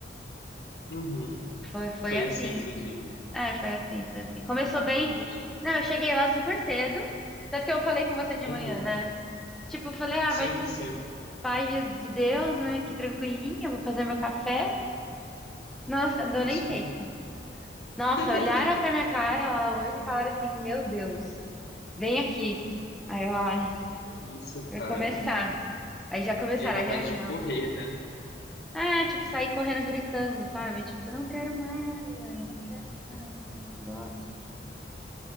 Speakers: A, on the left; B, in the centre.
A: uhum.
B: Foi, foi
A: Foi
B: assim.
A: assim, seu dia.
B: É, foi assim, foi assim. Começou
A: Coitada,
B: bem.
A: gente.
B: Não, eu cheguei lá super cedo. Tanto que eu falei com você de
A: Uhum.
B: manhã, né? Tipo, eu falei, ah,
A: Sim,
B: vai ter
A: sim,
B: paz de Deus, né? Que tranquilinha, vou fazer meu café. Nossa, não deu nem
A: sim.
B: tempo. Nossa,
A: <laughs>
B: olharam pra minha cara lá hoje e falaram assim: Meu Deus, vem aqui. Aí eu, ai,
A: Que isso,
B: vai
A: cara.
B: começar. Aí já começaram
A: E a vontade
B: a reunião.
A: de correr, né?
B: Ah, tipo, saí correndo gritando, sabe? Tipo, não quero mais, não quero mais, esse negócio.